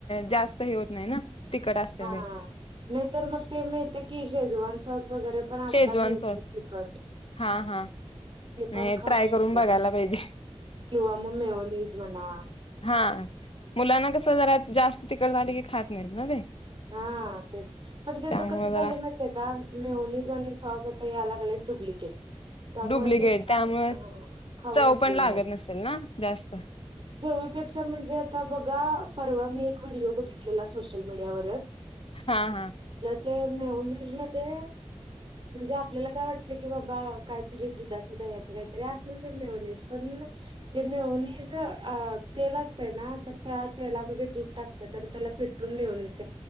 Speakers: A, on the left; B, on the right.
A: जास्त हे होत नाही ना. तिखट असतय
B: हा
A: व्हय
B: नाहीतर मग ते मिळते की शेजवान साॅस. वगैरे पण आजकाल
A: शेजवान
B: मिळतय
A: सॉस
B: तिकट.
A: हा हा
B: ते
A: नाही
B: पण खाऊ
A: ट्राय करून
B: शकते.
A: बघायला पाहिजे
B: किंवा मग मेवनीज म्हणा-
A: हा मुलांना कस जरा. जास्त तिकट झाली की खात नाहीत ना ते.
B: हा तेच. पण ते
A: त्यामुळे
B: तर कस झाले
A: जरा
B: माहितीे का. मेवनीज आणि साॅस - हे अलग-अलग डुप्लिकेट. त्यामुळे
A: डुप्लिकेट
B: ते खाऊ
A: त्यामुळे
B: खाऊन
A: चव
B: उपयोग
A: पण लागत
B: नाहीत.
A: नसेल ना जास्त -
B: चवीपेक्षा म्हणजे आता बघा. परवा मी एक व्हिडिओ बघितलेला सोशल मीडियावरच -
A: हा हा.
B: ते मेवनीज म्हणजे. आपल्याला काय वाटतय की बाबा काहीतरी दुधाच बिदाच- ह्याच काहीं तरी असेल ते मेवणीज. पण ते मेवनीज - तेल असतय ना. तर त्या तेलामध्ये दूध टाकतात. आणि त्याला फिटून मिळवुन घेतात.